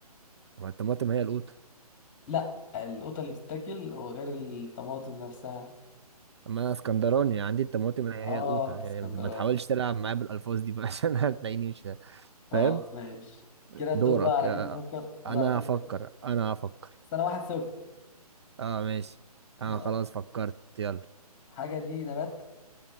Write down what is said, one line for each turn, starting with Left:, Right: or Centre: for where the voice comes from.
Right: ما الطماطم هي القوطة
Left: لا القطة اللي بتتاكل وغير الطماطم نفسها
Right: ما اسكندراني عندي الطماطم هي
Left: اه
Right: هي القوطة
Left: انت
Right: يعني
Left: اسكندراني
Right: ما ما تحاولش تلعب معايا بالألفاظ دي بقى <laughs> عشان هتلاقيني مش
Left: خلاص
Right: فاهم
Left: ماشي كده الدور
Right: دورك
Left: بقى على
Right: يا-
Left: مين بيفكر دور
Right: انا
Left: عليك انت
Right: هفكر
Left: يفكر
Right: انا هفكر
Left: سنة واحد صفر
Right: اه ماشي
Left: تمام
Right: انا خلاص فكرت يلا
Left: الحاجة دي نبات